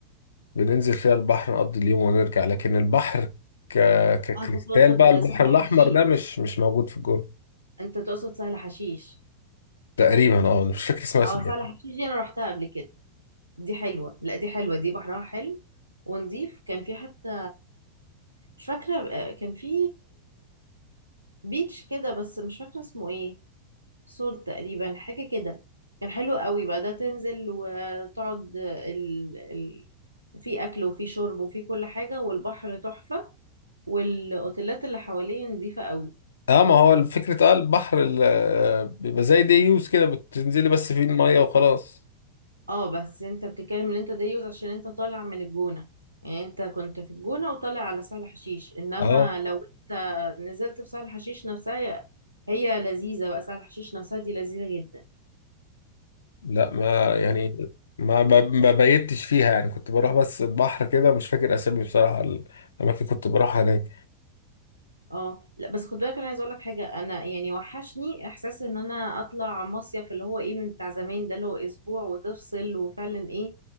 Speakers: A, on the left (about 65°); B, on the right (about 85°).
A: بننزل فيها البحر نقضي اليوم ونرجع لكن البحر ك... ككريستال
B: انت تقصد
A: بقى البحر
B: سهل
A: الاحمر
B: حشيش
A: ده مش مش موجود في الجون
B: انت تقصد سهل حشيش
A: تقريبا اه مش فاكر اسمها صدقني
B: اه سهل حشيش دي انا رحتها قبل كده دي حلوة لا دي حلوة دي بحرها حلو ونضيف كان في حتى مش فاكرة آه، كان في بيتش كده بس مش فاكرة اسمه ايه سول تقريبا حاجة كده كان حلو قوي بقى ده تنزل وتقعد ال... ال... في اكل وفي شرب وفي كل حاجة والبحر تحفة والاوتيلات اللي حواليه نظيفة قوي
A: اه ما هو فكره اه البحر ال- آه، بيبقى زي دي يوز كده بتنزلي بس فيه الميه وخلاص
B: اه بس انت بتتكلم ان انت ده يوز عشان انت طالع من الجونة يعني انت كنت في الجونة وطالع على سهل حشيش انما
A: اه
B: لو نزلت في سهل حشيش نفسها هي لذيذة بقى سهل حشيش نفسها دي لذيذة جدا
A: لا ما يعني ما ب- ما بيتش فيها يعني كنت بروح بس البحر كده مش فاكر اسامي بصراحة الاماكن اللي كنت بروحها هناك
B: اه لا بس خد بالك انا عايزه اقول لك حاجه انا يعني وحشني احساس ان انا اطلع مصيف اللي هو ايه من بتاع زمان ده اللي هو اسبوع وتفصل وفعلا ايه